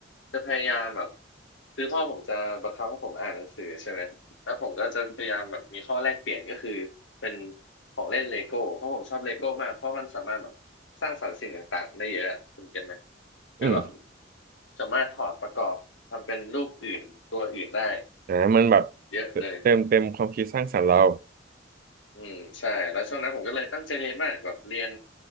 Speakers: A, on the left; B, on the right.
A: จะพยายามแบบคือพ่อผมจะบังคับให้ผมอ่านหนังสือใช่ไหมแล้วผมก็จะพยายามแบบมีข้อแลกเปลี่ยนก็คือเป็นของเล่นเลโก้เพราะผมชอบเลโก้มากเพราะมันสามารถแบบ สร้างสรรค์สิ่งต่างๆได้เยอะคุณเก็ตไหมคือแบบ
B: อืม
A: สามารถถอดประกอบทำเป็นรูปอื่นตัวอื่นได้
B: อ่ามันแบบเติมเต็มความคิดสร้างสรรค์เรา
A: เยอะเลยอืมใช่แล้วช่วงนั้นผมก็เลยตั้งใจเรียนมากแบบเรียน